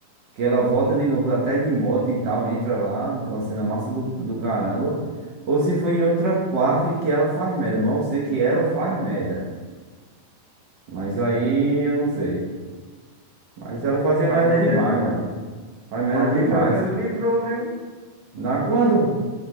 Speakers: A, on the right; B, on the right.
A: que ela volta de novo até de moto e tal, entra lá, é uma cena massa do, do caramba. Ou se foi em outra parte que ela faz merda, mas eu sei que ela faz merda. Mas aí eu não sei. Mas ela fazia
B: Pai
A: merda
B: merda
A: demais,
B: grande.
A: mano. Faz merda
B: Mas
A: demais.
B: teve hora que ele livrou, viu?
A: Na quando?